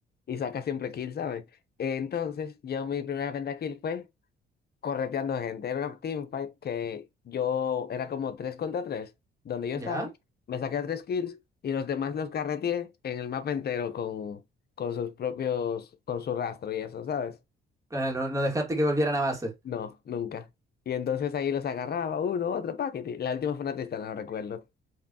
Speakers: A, on the left (about 55°); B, on the right (about 15°).
A: y sacas siempre kill, ¿sabes? Entonces, yo mi primera venta kill fue correteando gente. Era una teamfight que yo era como 3 contra 3 donde yo
B: ¿Ya?
A: estaba. Me saqué a 3 kills y los demás los carreteé en el mapa entero con, con sus propios, con su rastro y eso, ¿sabes?
B: Ah, No, no dejaste que volvieran a base.
A: No, nunca. Y entonces ahí los agarraba uno, otro, paquete. La última fue una tristana, no recuerdo.